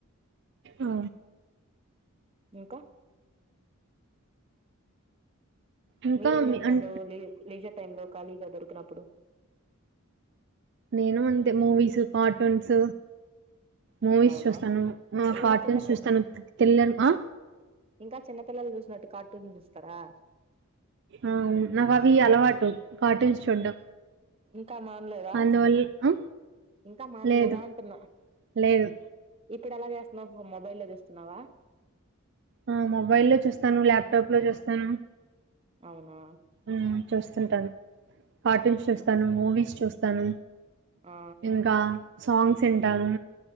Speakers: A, on the right (about 55°); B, on the right (about 25°).
A: ఆ
B: ఇంకా
A: ఇంకా
B: మీరేం
A: మీ
B: చేస్తాండ
A: అన్
B: లీ లీజర్ టైమ్ లో ఖాళీగా దొరికినప్పుడు
A: నేను అంతే మూవీస్ కార్టూన్స్ మూవీస్
B: అవునా
A: చూస్తాను ఆ
B: ఇంకా
A: కార్టూన్స్
B: చిన్న పి
A: చూస్తాను తెలియని ఆ
B: ఇంకా చిన్నపిల్లలు చూసినట్టు కార్టూన్ చూస్తారా
A: ఆ నాకు అవీ అలవాటు కార్టూన్స్ చూడ్డం
B: ఇంకా మాన్లేదా
A: అందువల్ల ఆ
B: ఇంకా మాన్లేదా
A: లేదు
B: అంటున్నా
A: లేదు
B: ఇప్పుడు ఎలా జేస్తున్నావ్ మొ మొబైల్లో జేస్తున్నావా
A: ఆ మొబైల్ లో చూస్తాను ల్యాప్టాప్ లో జూస్తాను
B: అవునా
A: ఊమ్ చూస్తుంటాను కార్టూన్స్ చూస్తాను మూవీస్ చూస్తాను
B: ఆ
A: ఇంకా సాంగ్స్ ఇంటాను